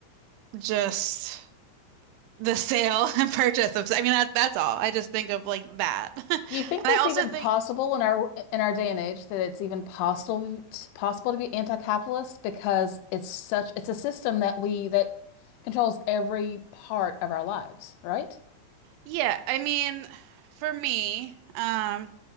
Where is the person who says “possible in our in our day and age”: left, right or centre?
Left